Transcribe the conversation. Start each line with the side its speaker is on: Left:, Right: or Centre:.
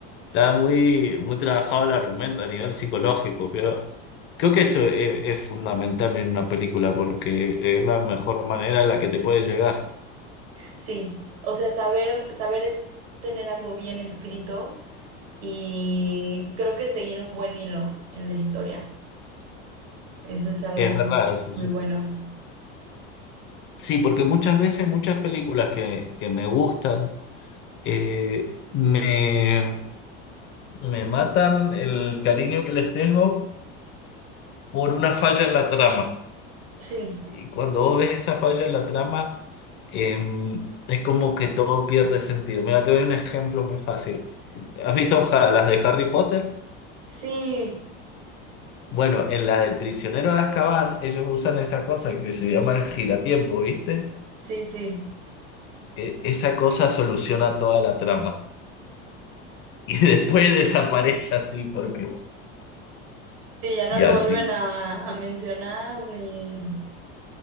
Left: está muy, muy trabajado el argumento a nivel psicológico, creo. Creo que eso es, es fundamental en una película porque es la mejor manera en la que te puede llegar.
Right: sí. O sea, saber, saber e- tener algo bien escrito y creo que seguir un buen hilo en la historia. Eso es algo
Left: Es verdad, eso
Right: muy
Left: sí.
Right: bueno.
Left: Sí, porque muchas veces, muchas películas que, que me gustan, eh, me, me matan el cariño que les tengo por una falla en la trama.
Right: Sí,
Left: Y cuando vos ves esa falla en la trama, em, es como que todo pierde sentido. Mira, te doy un ejemplo muy fácil. ¿Has visto ja- las de Harry Potter?
Right: sí,
Left: Bueno, en la del prisionero de Azkaban, ellos usan esa cosa que se llama el giratiempo, ¿viste?
Right: sí, sí.
Left: E- esa cosa soluciona toda la trama. Y <laughs> después desaparece así porque...
Right: Sí, ya no
Left: Y
Right: lo
Left: al
Right: vuelven
Left: fin.
Right: a, a mencionar ni,